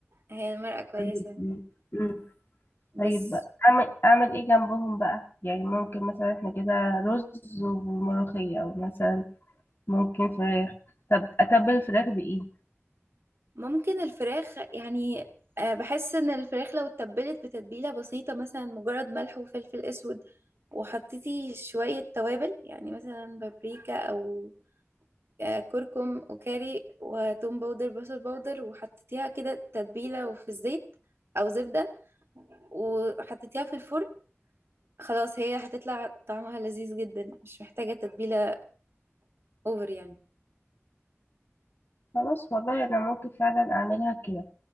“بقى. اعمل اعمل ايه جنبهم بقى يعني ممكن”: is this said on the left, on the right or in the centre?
Left